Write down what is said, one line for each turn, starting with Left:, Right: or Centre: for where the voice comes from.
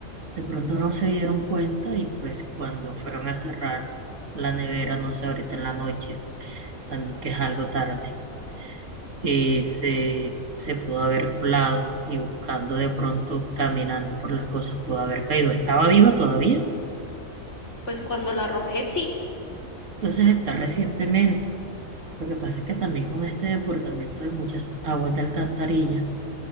Right: De pronto no se dieron cuenta y pues cuando fueron a cerrar la nevera, no sé, ahorita en la noche, también que es algo tarde, eh, se, se pudo haber colado y buscando de pronto, caminando por las cosas, pudo haber caído. Estaba viva todavía,
Left: Pues cuando la arrojé, sí,
Right: entonces está recientemente. Lo que pasa es que también con este desbordamiento de muchas aguas de alcantarilla